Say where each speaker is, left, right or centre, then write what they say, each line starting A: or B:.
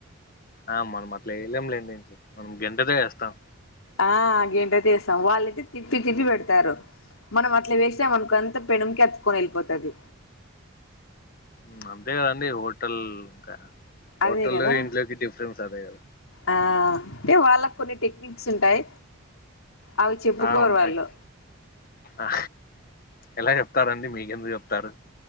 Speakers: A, on the left; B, on the left.
A: ఆ మనం అట్లా ఎయ్యలేం లేండి ఇంట్లో మనం గెంటెతో వేస్తాం
B: ఆ గేంటెతో అస్తాం వాళ్ళైతే తిప్పి తిప్పి పెడతారు మనం అట్లా వేస్తే మనకు అంత పెనుంకి అతుక్కోని వెళ్పోతాది
A: అమ్ అంతే కదండి హోటల్ ఇంకా
B: అదే
A: హోటల్
B: కదా
A: ఇంట్లోకి డిఫరెన్స్ అదే కదా
B: ఆ అంటే వాళ్ళకు కొన్ని టెక్నిక్స్ ఉంటాయి అవి చెప్పుకోరు
A: ఆ ఉంటాయి
B: వాళ్ళు
A: ఆ ఎలా చెప్తారండి మీకెందుకు చెప్తారు